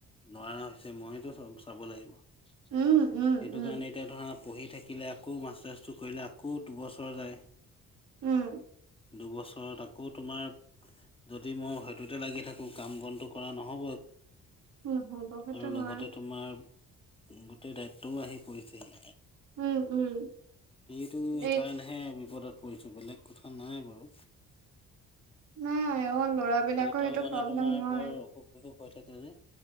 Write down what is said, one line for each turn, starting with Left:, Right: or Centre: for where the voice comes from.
Left: নোৱাৰা হৈছে মইতো চব চাব লাগিব সেইটো
Right: উম উম উম
Left: কাৰণে এতিয়া ধৰা, পঢ়ি থাকিলে আকৌ মাষ্টাৰ্ছটো কৰিলে আকৌ দুবছৰ যায়।
Right: উম,
Left: দুবছৰত আকৌ তোমাৰ যদি মই সেইটোতে লাগি থাকোঁ কাম বনটো কৰা নহ'ব।
Right: নহব সেইটো
Left: আৰু লগতে
Right: হয়
Left: তোমাৰ। গোটেই দায়িত্বও আহি পৰিছেহি
Right: উম উম
Left: সেইটো
Right: এই
Left: কাৰণে, <unintelligible> বিপদত পৰিছো বেলেগ কথা নাই বাৰু
Right: নাই অ ল'ৰাবিলাকৰ
Left: দেউতাও
Right: সেইটো
Left: মানে
Right: প্ৰব্লেম
Left: তোমাৰ
Right: হয়
Left: বৰ। অসুখও হৈ থাকে যে